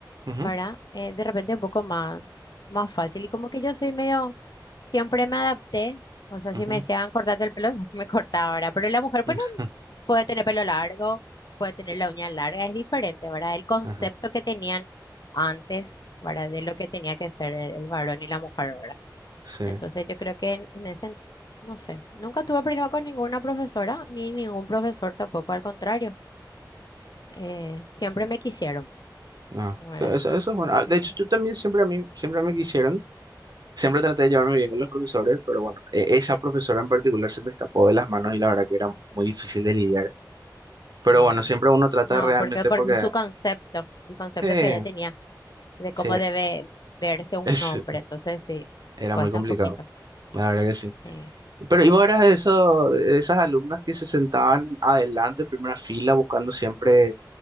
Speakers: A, on the right; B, on the left.
A: Ujú,
B: ¿verdad? Eh, de repente un poco más, más fácil. Y como que yo soy medio, siempre me adapté. O sea, si
A: ujú.
B: me decían cortarte el pelo, <laughs> me cortaba, ¿verdad? Pero la mujer, pues
A: <laughs>
B: no puede tener pelo largo, puede tener
A: Sí,
B: la uña larga, es diferente, ¿verdad? El concepto
A: Ajá,
B: que tenían antes, ¿verdad? De lo que tenía que ser el el varón y la mujer, ¿verdad?
A: sí,
B: Entonces yo creo que en, en ese, no sé, nunca tuve problema con ninguna profesora, ni ningún profesor tampoco, al contrario, eh, siempre me quisieron,
A: no,
B: ¿verdad?
A: eso, eso es bueno. Ah, De
B: Sí,
A: hecho, yo también siempre a mí, siempre me quisieron, siempre traté de llevarme bien con los profesores, pero bueno, e- esa profesora en particular se me escapó de las manos y la verdad que era muy difícil de lidiar. Pero
B: sí.
A: bueno, siempre uno trata
B: No,
A: realmente
B: porque por
A: porque
B: su concepto, el concepto
A: eh,
B: que ella tenía de
A: sí,
B: cómo debe
A: <laughs>
B: verse un
A: es,
B: hombre, entonces sí,
A: era
B: cuesta
A: muy complicado,
B: un poquito.
A: la verdad que sí.
B: sí.
A: Pero ¿y vos eras de eso, de esas alumnas que se sentaban adelante, en primera fila, buscando siempre